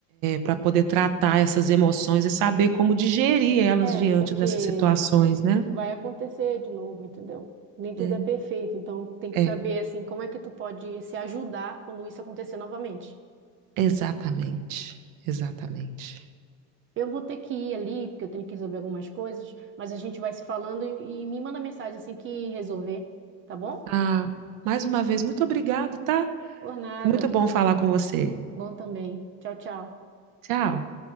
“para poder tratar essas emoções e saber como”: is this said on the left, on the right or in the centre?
Right